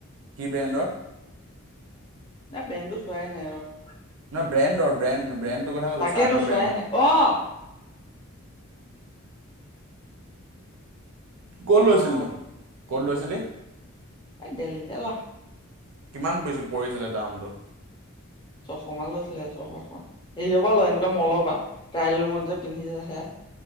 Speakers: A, on the right (about 70°); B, on the left (about 20°).
A: কি ব্ৰেণ্ডৰ?
B: এ ব্ৰেণ্ডটো চোৱাই নাই ৰহ।
A: নহয় ব্ৰেণ্ডৰ ব্ৰেণ্ড ব্ৰেণ্ড টোৰ কথা কৈছো
B: তাকেতো
A: চাৰ্টৰ
B: চোৱাই
A: ব্ৰেণ্ডটো।
B: নাই অ'।
A: ক'ত লৈছিলি
B: অ',
A: নো ক'ত লৈছিলি?
B: এ দেলহিতে লম।
A: কিমান পৰি পৰিছিলে দামটো?
B: ছশ মান লৈছিলে ছয়শ। হেৰিয়ৰ পৰা লয় এনেকুৱা মলৰ পা ট্ৰায়েল ৰুমত যে পিন্ধি যে আহে।